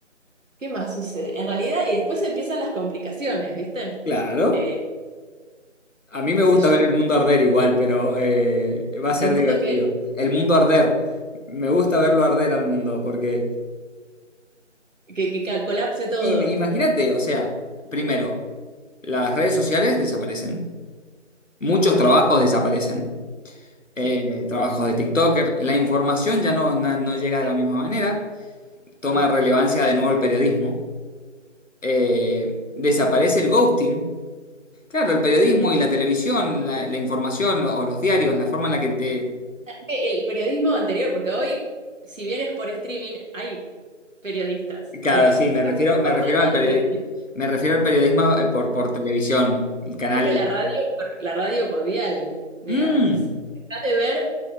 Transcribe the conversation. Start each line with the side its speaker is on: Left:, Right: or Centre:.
Right: ¿qué más sucede? En realidad, y después empiezan las complicaciones, ¿viste?
Left: Claro.
Right: Eh,
Left: A mí me
Right: qué
Left: gusta
Right: sé yo.
Left: ver el mundo arder igual, pero eh, va a ser
Right: El mundo
Left: divertido.
Right: que,
Left: El mundo arder. Me gusta verlo arder al mundo, porque
Right: que, que ca- colapse todo.
Left: im- imagínate, o sea, primero, las redes sociales desaparecen. Muchos
Right: Sí,
Left: trabajos desaparecen. eh,
Right: sí.
Left: trabajos de TikToker. La información ya no, na- no llega de
Right: Sí,
Left: la misma manera. Toma
Right: ¿No?
Left: relevancia de nuevo el periodismo. Eh, desaparece el ghosting. Claro, el periodismo y la televisión, la, la información o los diarios, la forma en la que te...
Right: el periodismo anterior, porque hoy, si bien es por streaming, hay periodistas,
Left: Claro,
Right: digamos.
Left: sí, me
Right: Claro,
Left: refiero,
Right: El
Left: me
Right: formato
Left: refiero al
Right: de
Left: periodi- me refiero al periodismo eh, por, por televisión, el canal...
Right: Ponme la radio, por- la radio por dial, digamos.
Left: Mm,
Right: Dejas de ver